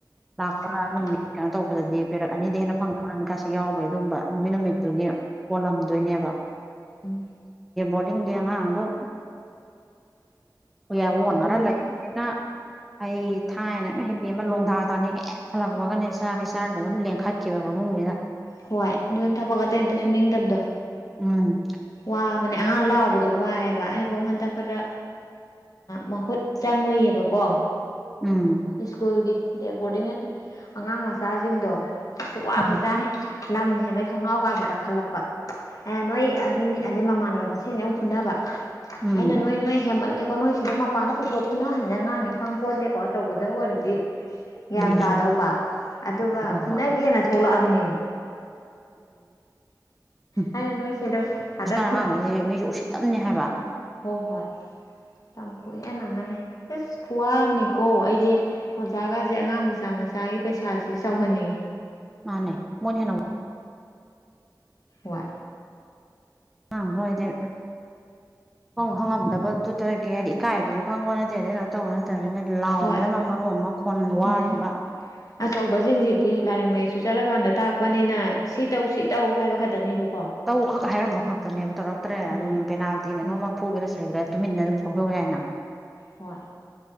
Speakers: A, in the centre; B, on the left (about 55°).
A: ꯂꯥꯛꯄ
B: ꯍꯣꯏ ꯍꯣꯏ
A: ꯅꯨꯃꯤ ꯌꯥꯧꯕꯗꯗꯤ ꯄꯦꯔꯠ ꯑꯅꯤꯗ ꯍꯦꯟꯅ ꯐꯪꯗꯀꯥꯁ ꯌꯥꯎꯕꯒꯤ ꯑꯗꯨꯕ ꯅꯨꯃꯤꯠ ꯅꯨꯃꯤꯠꯇꯨꯒꯤ ꯄꯣꯜꯂꯝꯗꯣꯏꯅꯦꯕ
B: ꯎꯝ
A: ꯣꯔꯗꯤꯌꯥꯉ ꯑꯗꯣ ꯑꯣ ꯌꯥ ꯑꯣꯟꯅꯔ
B: ꯑꯗꯨꯅꯕꯨ
A: ꯂꯩꯅ ꯑꯩ ꯊꯥꯏꯅ ꯍꯦꯄꯦ ꯑꯃ ꯂꯣꯡꯗꯥ ꯇꯥꯅꯦ ꯍꯦꯛ ꯍꯜꯂꯛꯄꯒꯅꯦ ꯆꯥꯒꯦ ꯆꯥꯔꯅꯕ ꯑꯗꯨꯝ ꯂꯦꯡꯈꯠꯈꯤꯕ ꯏꯃꯨꯡꯁꯤꯗ
B: ꯍꯣꯏ ꯑꯗꯨꯅ ꯊꯕꯛ ꯑꯇꯩ ꯑꯝꯇ ꯁꯨꯅꯤꯡꯗꯕꯗꯣ
A: ꯎꯝ
B: ꯋꯥꯕꯅꯦ ꯑꯉꯥꯡ ꯂꯥꯛꯑꯣꯕꯅꯦ ꯑꯗꯣ ꯋꯥꯏꯑꯦꯕ ꯑꯩꯐꯧ ꯍꯟꯗꯛ ꯈꯔ ꯃꯍꯨꯠ ꯆꯪꯉꯨꯏꯑꯕꯀꯣ
A: ꯎꯝ
B: ꯁꯀꯨꯜꯒꯤ ꯗ ꯕꯣꯔꯗꯤꯡ ꯅꯠꯇꯦ ꯑꯉꯥꯡ ꯃꯆꯥꯁꯤꯡꯗꯣ ꯋꯥꯈꯖꯥꯠꯅꯤ
A: ꯎꯝ
B: ꯂꯝ ꯍꯦꯟꯕꯩ ꯊꯣꯡꯅꯥꯎꯀꯥꯁꯦ ꯀꯥꯈꯠꯂꯛꯄ ꯑ ꯅꯣꯏ ꯑꯗꯨꯝ ꯃꯤ ꯑꯗꯩ ꯃꯃꯥꯟꯅꯕ ꯃꯁꯦꯟꯁꯦ ꯑꯃꯨꯛ ꯐꯨꯅꯕ
A: ꯎꯝ
B: ꯑꯩꯅ ꯅꯣꯏ ꯅꯣꯏ ꯍꯦꯟꯃꯠꯂꯀꯣ ꯅꯣꯏ ꯁꯤꯗ ꯃꯄꯥꯟꯗ ꯄꯨꯊꯣꯛꯄ ꯐꯨꯅꯍꯜꯂꯦ ꯑꯉꯥꯡꯅꯤ ꯈꯪ ꯄꯣꯟꯗꯦꯀꯣ ꯑꯆꯧꯕꯗ ꯑꯗꯨꯗ ꯑꯣꯏꯔꯗꯤ ꯒ꯭ꯌꯥꯟ
A: ꯎꯝ
B: ꯇꯥꯗꯧꯕ ꯑꯗꯨꯒ
A: ꯍꯣꯏ
B: ꯐꯨꯅꯒꯦꯅ
A: ꯍꯣꯏ
B: ꯊꯣꯛꯂꯛꯑꯕꯅꯦꯃꯤ
A: ꯎꯝ
B: ꯑꯩꯅ ꯅꯣꯏ ꯁꯤꯗ
A: ꯍꯧꯖꯤꯛꯀꯥꯟ
B: ꯑꯗ
A: ꯑꯉꯥꯡꯈꯩꯁꯤꯦ ꯃꯤꯁꯨ ꯎꯁꯤꯠꯇꯝꯅꯤ ꯍꯥꯏꯕ
B: ꯍꯣ ꯍꯣꯏ ꯇꯝ ꯀꯨꯍꯅ ꯃ ꯑꯦꯁ ꯀꯋꯥꯅꯤ ꯀꯣ ꯑꯩ ꯑꯣꯖꯥꯒꯥꯁꯦ ꯑꯉꯥꯡ ꯃꯆꯥ ꯃꯆꯥꯒꯤ ꯄꯩꯁꯥꯁ ꯆꯥꯎꯍꯟꯅꯤꯡꯉꯤ
A: ꯅꯦ ꯃꯣꯏ ꯍꯅ
B: ꯋꯥꯏ
A: ꯑ ꯍꯣꯏꯗꯦ ꯍꯪꯉꯝꯗꯕꯗꯨꯗ ꯀ ꯍꯥꯏꯗꯤ ꯏꯀꯥꯏꯕꯁꯨ ꯈꯪꯕ ꯅꯠꯇꯦ ꯑꯗꯩ ꯀꯩꯅꯣ ꯇꯧꯕ ꯅꯠꯇꯕꯅꯤꯅ ꯂꯥꯎꯕꯗꯅ
B: ꯍꯣꯏ
A: ꯃꯔꯨ ꯑꯃ ꯈꯣꯟ ꯋꯥꯔꯤꯕ
B: ꯎꯝ ꯑꯆꯧꯕꯁꯤꯡꯁꯤꯗꯤ ꯂꯥꯏꯔꯤꯛ ꯃꯌꯦꯛꯁꯨ ꯆꯠꯂꯀꯥꯟꯗ ꯇꯥꯛꯄꯅꯤꯅ ꯁꯤ ꯇꯧ ꯁꯤ ꯇꯧ ꯍꯥꯏꯕ ꯈꯛꯇꯅꯤ ꯑꯗꯨ
A: ꯇꯧꯈꯛ ꯍꯥꯏꯔꯝꯕ ꯈꯛꯇꯅꯦꯕ ꯇꯧꯔꯛꯇ꯭ꯔꯦ ꯑꯗꯨꯝ
B: ꯎꯝ
A: ꯄꯦꯅꯥꯜꯇꯤ ꯀꯩꯅꯣꯝ
B: ꯎꯝ
A: ꯐꯨꯒꯦꯔꯥ ꯁꯣꯏꯒꯦꯔꯥ ꯇꯨꯃꯤꯟꯅ ꯑꯗꯨꯝ ꯀꯧ ꯍ ꯌꯥꯅ
B: ꯍꯣꯏ